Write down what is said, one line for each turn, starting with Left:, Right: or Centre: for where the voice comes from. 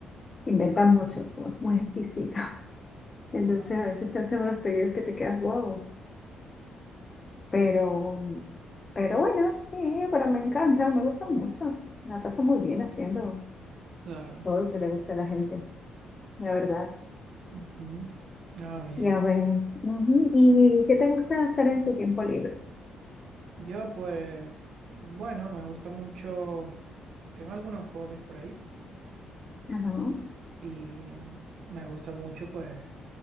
Left: inventan mucho, ¿no? muy exquisito. <laughs> Entonces
Right: Claro.
Left: a veces te hacen unos pedidos que te quedas wow. Pero, pero bueno, sí, pero me encanta, me gusta mucho. La paso muy bien haciendo
Right: Claro.
Left: todo lo que le gusta a la gente, la verdad.
Right: Ujú. Ah, bien.
Left: Ya veo. Ujú. ¿Y qué te gusta hacer en tu tiempo libre?
Right: Yo, pues, bueno, me gusta mucho. Tengo algunos hobbies por ahí
Left: Ajá.
Right: y me gusta mucho, pues.